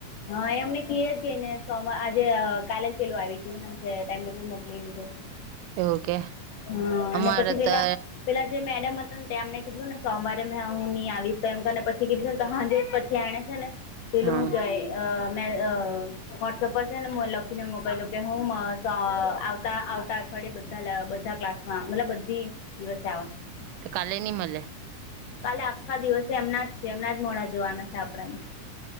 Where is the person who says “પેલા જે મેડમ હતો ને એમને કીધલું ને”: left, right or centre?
Left